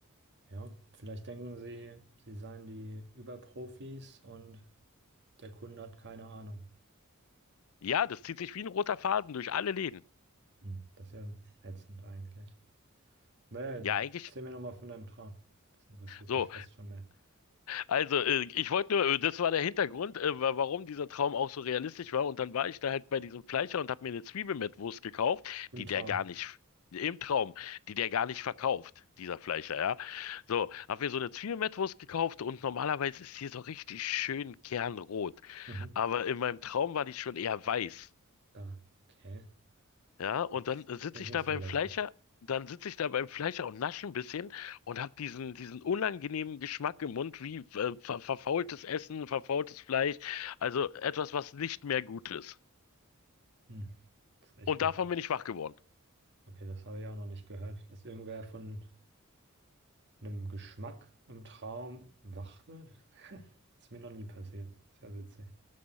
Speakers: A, on the right; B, on the left.
A: Ja, vielleicht denken sie, sie seien die Überprofis und der Kunde hat keine Ahnung.
B: Ja, das zieht sich wie ein roter Faden durch alle Läden.
A: Hm, Das ist ja ätzend eigentlich. Naja,
B: Ja, eigentlich
A: erzähl mir nochmal von deinem Traum. Das interessiert
B: so.
A: mich fast schon mehr.
B: Also, äh, ich wollte nur, äh, das war der Hintergrund, äh, wa- warum dieser Traum auch so realistisch war. Und dann war ich da halt bei diesem Fleischer und habe mir eine Zwiebel mit Wurst gekauft,
A: Im
B: die
A: Traum.
B: der gar nicht, im Traum, die der gar nicht verkauft, dieser Fleischer, ja. So, habe mir so eine Zwiebel mit Wurst gekauft und normalerweise ist die so richtig schön kernrot.
A: Mhm.
B: Aber in meinem Traum war die schon eher weiß.
A: Da, okay.
B: Ja, und
A: Das
B: dann sitze
A: klingt
B: ich
A: nicht
B: da beim
A: so lecker.
B: Fleischer, dann sitze ich da beim Fleischer und nasche ein bisschen und habe diesen, diesen unangenehmen Geschmack im Mund, wie äh, ver verfaultes Essen, verfaultes Fleisch, also etwas, was nicht mehr gut ist.
A: Hm. Das ist echt
B: Und
A: eklig.
B: davon bin ich wach geworden.
A: Okay, das habe ich auch noch nicht gehört, dass irgendwer von einem Geschmack im Traum wach wird. <laughs> Ist mir noch nie passiert. Ist ja witzig.